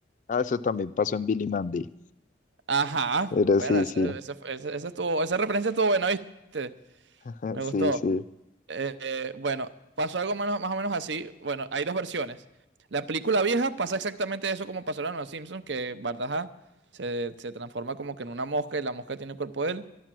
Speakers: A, on the left; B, on the right.
A: Ah, eso también pasó en Billy Mandy.
B: Ajá.
A: Pero
B: Bueno,
A: sí,
B: esa,
A: sí,
B: esa, esa- esa estuvo, esa referencia estuvo buena, ¿viste?
A: <laughs>
B: Me
A: sí,
B: gustó.
A: sí.
B: Eh, eh, bueno, pasó algo menos- más o menos así. Bueno, hay dos versiones. La película vieja pasa exactamente eso como pasó en Los Simpsons, que Bardaja se, se transforma como que en una mosca y la mosca tiene el cuerpo de él.